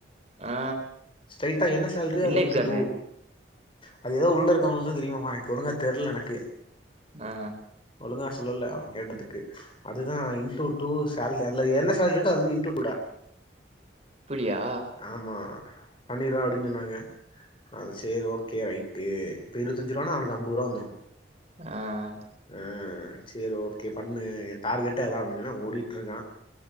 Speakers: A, on the right (about 35°); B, on the left (about 30°).
A: ஆ
B: ஸ்ட்ரைட்டா என்ன சேல்ரியே அதுல
A: என்ன
B: இன்டு
A: எக்ஸாமு?
B: டூ அது எதோ உள்ள இருக்கிறவங்களுக்கு தா தெரியுமாமா எனக்கு ஒழுங்கா தெர்லனக்கு
A: ஆ
B: ஒழுங்கா சொல்லல அவ கேட்டதுக்கு அதுதா இன்டு டூ சேலரி அதுல என்ன சேலரி இருக்கோ அதுல இன்டூடா
A: அப்பிடியா
B: ஆமா பண்ணிறா அப்டின்னு சொன்னாங்க அது சேரி ஓகே ரைட்டு இப்ப இருவத்தஞ்சு ரூவான்ன அவனுக்கு அம்பதுரூவா வந்துடு
A: அ
B: அ சேரி ஓகே பண்ணு ஏ டார்கெட்டே அதா அப்டின்னு ஓடிகிட்டிருக்கா